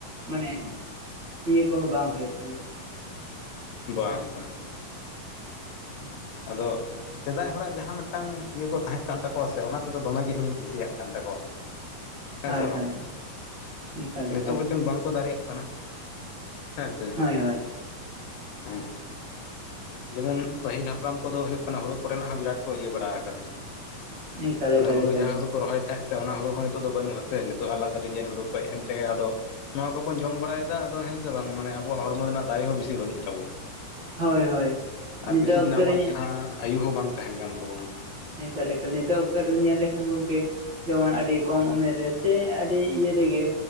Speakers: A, on the right (about 70°); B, on the left (about 75°).
A: ᱢᱟᱱᱮ ᱤᱭᱟᱹ ᱠᱚᱦᱚᱸ ᱵᱟᱝ ᱦᱩᱭᱩᱜ ᱠᱟᱱᱟ ᱾
B: ᱵᱟᱝ ᱵᱟ ᱾
A: ᱦᱮ
B: ᱟᱫᱚ ᱥᱮᱫᱟᱭ ᱦᱚᱲᱟᱜ ᱡᱟᱦᱟᱸ ᱢᱤᱜᱴᱟᱝ ᱤᱭᱟᱹ ᱠᱚ ᱛᱟᱦᱮᱜ ᱠᱟᱱ ᱛᱟᱠᱚᱣᱟ ᱥᱮ ᱚᱱᱟ ᱛᱮᱫᱚ ᱫᱚᱢᱮ ᱜᱮ ᱤᱧᱤᱧ ᱠᱩᱥᱤᱭᱟᱜ ᱠᱟᱱ ᱛᱟᱠᱚᱣᱟ᱾
A: <inaudible>
B: ᱦᱮᱸ ᱥᱮ ᱵᱟᱝ
A: ᱦᱳᱭ ᱮᱠᱟᱞ
B: ᱱᱤᱛᱚᱜ
A: ᱮᱠᱟᱞ
B: ᱵᱚᱪᱚᱱ ᱵᱟᱝᱠᱚ ᱫᱟᱨᱮᱭᱟᱜ ᱠᱟᱱᱟ ᱦᱮᱸ ᱥᱮ
A: ᱦᱳᱭ ᱦᱳᱭ
B: ᱩᱸ᱾ ᱡᱮᱢᱚᱱ ᱯᱟᱹᱦᱤᱞ ᱦᱟᱯᱲᱟᱢ ᱠᱚᱫᱚ ᱦᱳᱭᱳᱜ ᱠᱟᱱᱟ ᱦᱳᱲᱳ ᱠᱚᱨᱮᱱᱟᱜ ᱦᱚᱸ ᱵᱤᱨᱟᱴ ᱠᱚ ᱤᱭᱟᱹ ᱵᱟᱲᱟ ᱟᱠᱟᱫᱟ᱾
A: ᱮᱠᱟᱞ
B: ᱢᱟᱱᱮ
A: ᱮᱠᱟᱞ
B: ᱦᱩᱲᱩ
A: ᱮᱠᱟᱞ
B: ᱡᱟ
A: ᱜᱚᱝᱠᱮ
B: ᱦᱩᱲᱩ ᱠᱚ ᱨᱚᱦᱚᱭ ᱛᱟᱦᱮᱜ ᱥᱮ ᱚᱱᱟ ᱦᱩᱲᱩ ᱦᱚᱸ ᱱᱤᱛᱚᱜ ᱫᱚ ᱵᱟᱹᱱᱩᱜ-ᱟ ᱥᱮ ᱱᱤᱛᱚᱜ ᱟᱞᱟᱫᱟ ᱰᱤᱡᱟᱭᱤᱱ ᱦᱩᱲᱩ ᱠᱚ ᱮᱢᱛᱮ ᱟᱫᱚ ᱱᱚᱣᱟ ᱠᱚᱵᱚᱱ ᱡᱚᱢ ᱵᱟᱲᱟᱭᱮᱫᱟ ᱟᱫᱚ ᱦᱮᱸᱥᱮ ᱵᱟᱝ ᱢᱟᱱᱮ ᱟᱵᱚᱣᱟᱜ ᱦᱚᱲᱢᱚ ᱨᱮᱱᱟᱜ ᱫᱟᱨᱮ ᱦᱚᱸ ᱵᱤᱥᱤ ᱵᱟᱹᱱᱩᱜ ᱛᱟᱵᱚᱱᱟ᱾
A: ᱦᱳᱭ ᱦᱳᱭ
B: ᱟᱨ
A: ᱱᱤᱛᱚᱜ
B: ᱵᱮᱥᱤ ᱫᱤᱱ
A: ᱚᱠᱛᱚ
B: ᱟᱵᱚᱣᱟᱜ
A: ᱨᱮ
B: ᱪᱷᱟ ᱟᱭᱩ ᱦᱚᱸ ᱵᱟᱝ ᱛᱟᱦᱮᱱ ᱠᱟᱱ ᱛᱟᱵᱚᱱᱟ᱾
A: ᱮᱞ ᱠᱟᱞᱮ ᱱᱤᱛᱚᱜ ᱚᱠᱛᱚ ᱨᱤ ᱧᱮᱞ ᱞᱮᱠᱷᱟᱱ ᱜᱚᱝᱠᱮ ᱡᱮᱢᱚᱱ ᱟᱹᱰᱤ ᱠᱚᱢ ᱩᱢᱮᱨ ᱨᱮ ᱥᱮ ᱟᱹᱰᱤ ᱤᱭᱟᱹ ᱨᱮᱜᱮ